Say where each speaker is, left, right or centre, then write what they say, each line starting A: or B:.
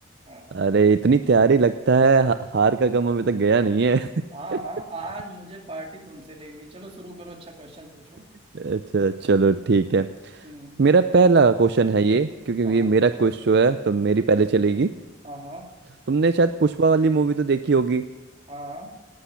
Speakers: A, on the right (about 30°); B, on the right (about 55°).
A: हाँ
B: अरे इतनी तैयारी लगता है हा- हार का गम अभी तक गया नहीं है
A: हाँ
B: <laughs>
A: हाँ आज मुझे पार्टी तुमसे लेनी है। चलो शुरू करो अच्छा क्वेश्चन पूछो
B: अच्छा चलो ठीक है
A: हम्म
B: मेरा पहला क्वेश्चन है ये क्योंकि
A: हाँ
B: ये
A: हाँ
B: मेरा क्विज शो है तो मेरी पहले चलेगी
A: हाँ हाँ
B: तुमने शायद पुष्पा वाली मूवी तो देखी होगी
A: हाँ, हाँ,